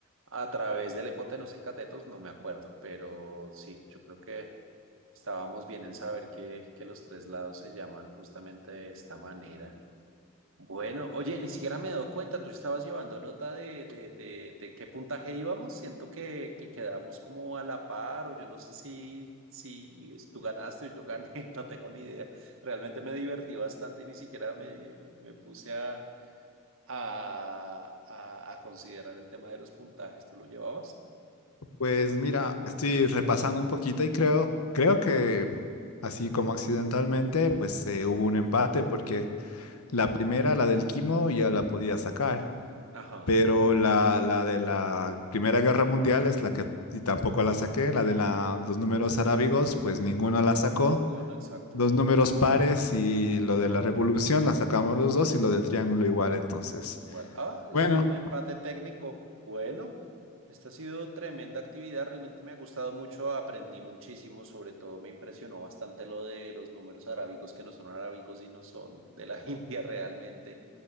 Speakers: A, on the right; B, on the left.
A: a través de la hipotenusa y catetos, no me acuerdo, pero sí, yo creo que estábamos bien en saber que, que los tres lados se llaman justamente de esta manera. Bueno, oye, ni siquiera me he dado cuenta, tú estabas llevando nota de, de, de, de qué puntaje íbamos, siento que, que quedamos como a la par, o yo no sé si, si tú ganaste o yo gané, <laughs> no tengo ni idea. Realmente me divertí bastante y ni siquiera me, me puse a, a, a, a considerar el tema de los puntajes, ¿tú lo llevabas?
B: Pues mira, estoy repasando un poquito y creo, creo que así como accidentalmente, pues eh, hubo un empate porque la primera, la del quimo, ya la podía sacar.
A: Ajá,
B: Pero la, la de la Primera Guerra Mundial es la que y tampoco la saqué. La de la- los números arábigos, pues ninguno la sacó.
A: ninguno, exacto.
B: Los números pares y lo de la revolución la sacamos los dos y lo del triángulo igual. Entonces,
A: Igual. Ah,
B: bueno,
A: es un empate técnico. Bueno, esta ha sido tremenda actividad. Realmente me ha gustado mucho. Aprendí muchísimo. Sobre todo me impresionó bastante lo de los números arábicos que no son arábicos y no son de la <laughs> India realmente.